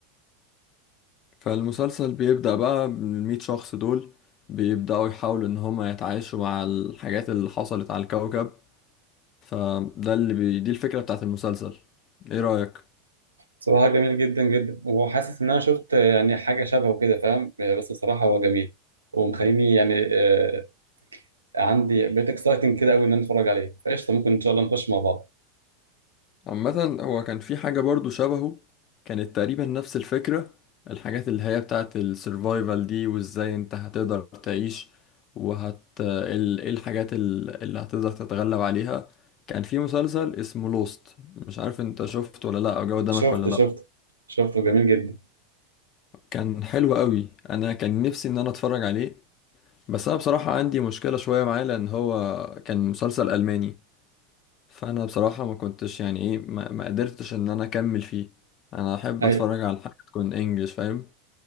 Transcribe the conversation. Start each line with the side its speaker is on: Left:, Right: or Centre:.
Left: فالمسلسل بيبدأ بقى من المية شخص دول بيبدأوا يحاولوا إن هما يتعايشوا مع الحاجات اللي حصلت على الكوكب فده اللي بي... دي الفكرة بتاعت المسلسل إيه رأيك؟
Right: صراحه جميل جدا جدا وحاسس ان انا شفت يعني حاجه شبهه كده فاهم آه، بس الصراحه هو جميل ومخليني يعني آه، عندي بقيت اكسايتنج كده قوي ان انا اتفرج عليه فقشطه ممكن ان شاء الله نخش مع بعض
Left: عامة هو كان في حاجة برضو شبهه كانت تقريبا نفس الفكرة الحاجات اللي هي بتاعت السرفايفل دي وإزاي أنت هتقدر تعيش وهت ال- إيه الحاجات ال- اللي هتقدر تتغلب عليها كان في مسلسل اسمه لوست مش عارف أنت شفته ولا لأ أو جه قدامك
Right: شفت
Left: ولا لأ
Right: شفت شفته جميل جدا
Left: كان حلو قوي انا كان نفسي ان انا اتفرج عليه بس انا بصراحة عندي مشكلة شوية معاه لان هو كان مسلسل الماني فانا بصراحة ما كنتش يعني ايه ما, ما قدرتش ان انا اكمل فيه انا احب
Right: ايوه
Left: اتفرج على حاجة تكون انجلش فاهم